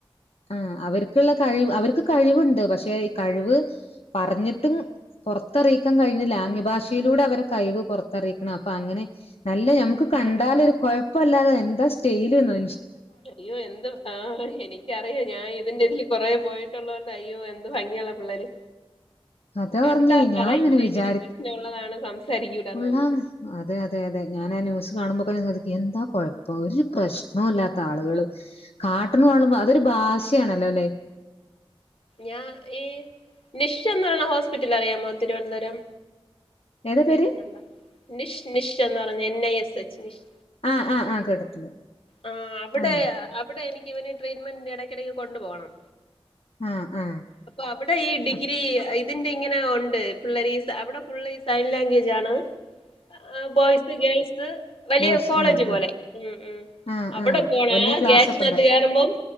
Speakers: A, on the left (about 80°); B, on the left (about 65°).
A: ആ അവർക്കുള്ള കഴിവ് അവർക്ക് കഴിവുണ്ട് പക്ഷെ ഈ കഴിവ് പറഞ്ഞിട്ടും പുറത്തറിയിക്കാൻ കഴിഞ്ഞില്ല ആംഗ്യ ഭാഷയിലൂടെ അവരെ കഴിവ് പുറത്തറിയിക്കണം അപ്പൊ അങ്ങനെ നല്ലത് ഞമുക്ക് കണ്ടാലൊരു കുഴപ്പല്ലാത എന്താ സ്റ്റൈല് ന്നോ
B: അയ്യോ എന്ത് ആ എനിക്കറിയ ഞാൻ ഇതിന്റെ ഇതില് കൊറേ പോയിട്ടുള്ളോണ്ട് അയ്യോ എന്ത് ഭം ഇനിള്ള പിള്ളേര്
A: അത
B: കണ്ടാ
A: പറഞ്ഞേ
B: പറയൂല
A: ഞാൻ അങ്ങനെ വിചാരി
B: ഇങ്ങനെ പ്രശ്നമുള്ളതാണ് സംസാരിക്കൂലന്നൊന്നും
A: ഉള്ളാ അതെ അതെ അതെ ഞാൻ ആ ന്യൂസ് കാണുമ്പോ ഇപ്പയാണ് അതൊക്കെ എന്താ കുഴ പ്പോ ഒരു പ്രശ്ണോ ഇല്ലാത്ത ആളുകള് കാട്ട്ണ കാണുമ്പോ അതൊരു ഭാഷയാണല്ലോ ല്ലേ
B: ഞാ ഈ നിശ്വന്നുള്ള ഹോസ് പിറ്റൽ അറിയാമോ തിരുവനന്തപുരം
A: ഏതാ പേര്
B: കേട്ടിട്ടുണ്ടോ നിഷ് നിഷ് എന്ന് പറഞ്ഞു എന്ന ഐ എസ് എച്ച് നിഷ്
A: ആ ആ ആ കേട്ടിട്ടുണ്ട്
B: ആഹ് അവിടെ
A: ആ
B: അവിടെ എനിക്ക് ഇവന് ട്രീറ്റ്മെന്റ് ഇടക്കിടക്ക് കൊണ്ടു പോണം
A: ആ ആ
B: അപ്പൊ അവിടെ ഈ ഡിഗ്രി
A: ആ
B: ഐ ഇതിന്റെ ഇങ്ങനെ ഉണ്ട് പിള്ളരീസ് അവിടെ ഫുള്ള് സൈൻ ലാംഗ്വേജ് ആണ് ആ ബോയ്സ് ഗേൾസ് വലിയ
A: ബോയ്സ്
B: കോളേജ്
A: ആ ആ
B: പോലെ. മ് മ്
A: ആ
B: അവിടെ
A: ആ
B: പോണ
A: വലിയ ക്ലാസ്
B: ഗേറ്റിനകത്ത്
A: ഒക്കെ ഉണ്ടോ
B: കെറുമ്പോം